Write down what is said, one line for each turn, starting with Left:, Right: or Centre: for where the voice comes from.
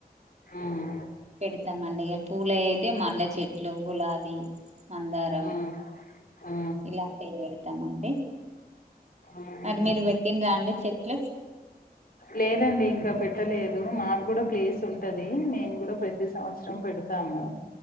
Left: ఉమ్
Right: పెడతామండి ఇక పూల అయితే మల్లె చెట్లు గులాబీ మందారం
Left: ఆ ఆ
Right: ఇలాంటివి పెడతామండి
Left: ఆహా
Right: మరి మీరు పెట్టిన రా అండి చెట్లు
Left: లేదండి ఇంకా పెట్టలేదు మాకు కూడా ప్లేస్ ఉంటది నేను కూడా ప్రతి సంవత్సరం పెడతాము